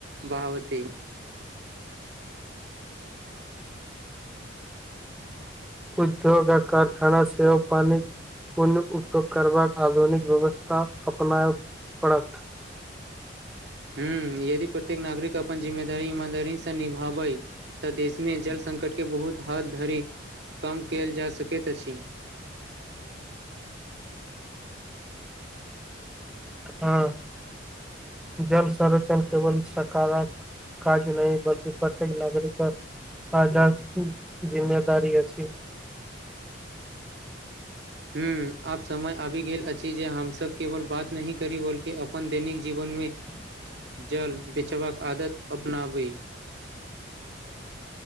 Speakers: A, on the right; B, in the centre.
A: बाहावती
B: उद्योग आ कारखाना सेहो पानी कोन उपयोग करबाक आधुनिक व्यवस्था अपनायब पड़त
A: हु यदि प्रत्येक नागरिक अपन जिम्मेदारी ईमानदारी स निभाबै तऽ देश में जल संकट बहुत हद धरि कम कयल जा सकैत अछि
B: हँ <inaudible> जल संरचन केवल सकारात काज नही बल्कि प्रत्येक नागरिक फायदा <inaudible> जिममेदारी अछी
A: हु आब समय आबी गेल अछि जे हम सब केवल बात नहीं करी बल्कि अपन दैनिक जीवन में
B: <unintelligible>
A: जल बेचबाक आदत अपनावी